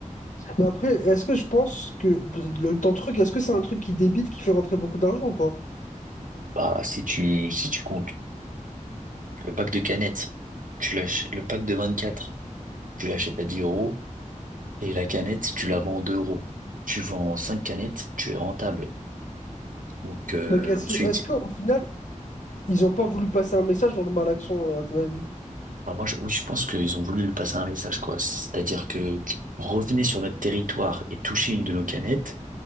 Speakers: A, on the left; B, on the right.
A: Mais après, est-ce que je pense que le, ton truc, est-ce que c'est un truc qui débite, qui fait rentrer beaucoup d'argent ou pas?
B: Bah, si tu, si tu comptes le pack de canettes, tu l'ach- le pack de 24 tu l'achètes à 10 euros et la canette, tu la vends 2 euros. Tu vends 5 canettes, tu es rentable. Donc, euh,
A: Donc est-ce
B: ensuite,
A: que, est-ce qu'au final, ils n'ont pas voulu passer un message dans le malaxon, euh, à ton avis?
B: bah, moi, je, oui, je pense qu'ils ont voulu lui passer un message, quoi. C'est-à-dire que revenez sur notre territoire et touchez une de nos canettes.